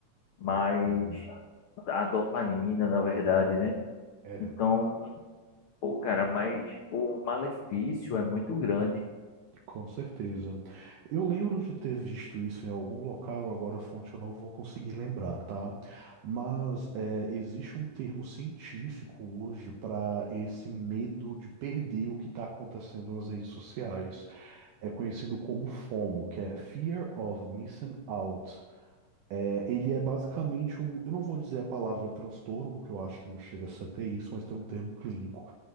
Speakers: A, on the left (about 65°); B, on the right (about 75°).
A: mas
B: dopamina.
A: a dopamina, na verdade,
B: Uhum.
A: né?
B: É.
A: Então, pô, cara, mas o malefício é muito grande.
B: Com certeza. Eu lembro de ter visto isso em algum local, agora a fonte eu não vou conseguir lembrar, tá? Mas é, existe um termo científico hoje para esse medo de perder o que está acontecendo nas redes sociais. É conhecido como FOMO, que é Fear of Missing Out. É, ele é basicamente um, eu não vou dizer a palavra transtorno, porque eu acho que não chega a ser até isso, mas tem um termo clínico,